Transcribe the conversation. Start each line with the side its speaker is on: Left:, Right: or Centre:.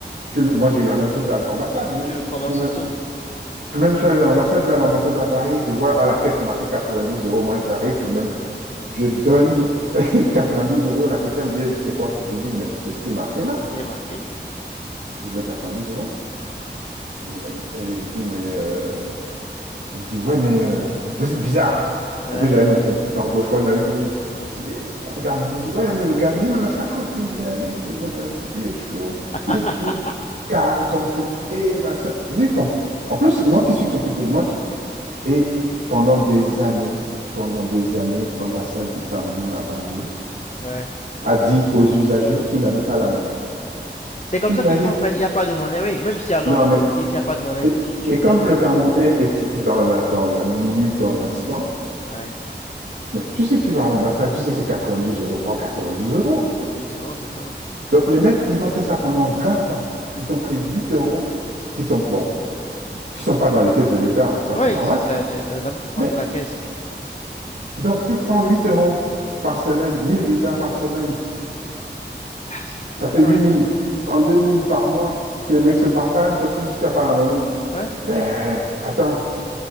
Right: tu le...
Left: Co-
Right: moi j'ai eu la même chose à l'ambassade. Le mec,
Left: Tu le commences
Right: Euh,
Left: tout. Hein,
Right: même si je suis à l'ambassade, je vais à l'ambassade à Paris, je vois à la caisse c'est marqué 92 euros. Moi, j'arrive, je, même, je donne <laughs> 92 euros. La caissière me dit, elle dit, c'est quoi? Je dis, mais c'est ce qui est marqué
Left: C'est
Right: là.
Left: ce qui est marqué là.
Right: Je donne 92 euros. Et, elle me- et je dis, mais. euh, Elle me dit, ouais, mais euh, vous êtes bizarre.
Left: Ouais.
Right: En plus, j'avais mon compte anglophone avec qui. elle dit, Regarde, on a dit, ouais, mais le Ghanéen, à chaque fois qu'il vient, il c'est- il est toujours,
Left: <laughs>
Right: il est toujours carré, compliqué, machin. Je dis, Com- en plus, moi qui suis compliqué, moi, Et pendant des années, pendant des années, l'ambassade du Cameroun à Paris
Left: Ouais.
Right: a dit aux usagers qu'ils n'avaient pas la monnaie.
Left: C'est comme
Right: Tu imagines?
Left: ça qu'ils font en fait. Il n'y a pas de monnaie. Oui, même si à Londres,
Right: Non, mais
Left: ils te disent il n'y a pas de monnaie.
Right: et,
Left: Tu, tu
Right: et
Left: me
Right: comme
Left: donnes
Right: le Camerounais
Left: le montant.
Right: est toujours dans la, dans la minute, dans l'instant,
Left: Ouais. Tu
Right: mais tu sais que tu vas à l'ambassade, tu sais que c'est 92 euros, prends 92 euros.
Left: prends 92 euros, c'est tout.
Right: Donc les mecs, ils ont fait ça pendant 20 ans. Ils t'ont pris 8 euros qui sont, bon, qui sont pas dans les caisses de l'État, ça
Left: Oui,
Right: c'est normal.
Left: ça, ça, c'est la dame qui prend
Right: Mais
Left: c'est la caisse.
Right: donc tu prends 8 euros par semaine, 1000 visas par semaine,
Left: Bah, c'est beaucoup
Right: Ça
Left: d'argent.
Right: fait 8
Left: Hein.
Right: 000, 32 000 par mois que les mecs se partagent parce que tu ne pas la monnaie.
Left: Ouais.
Right: Mais attends,